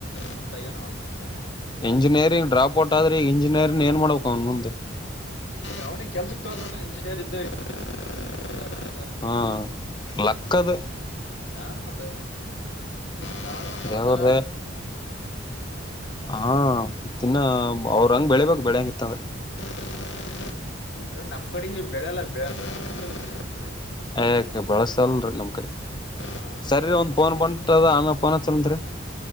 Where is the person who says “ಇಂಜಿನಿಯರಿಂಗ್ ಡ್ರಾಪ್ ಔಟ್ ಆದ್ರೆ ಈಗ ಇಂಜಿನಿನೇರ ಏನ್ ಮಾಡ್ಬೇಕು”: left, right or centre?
Left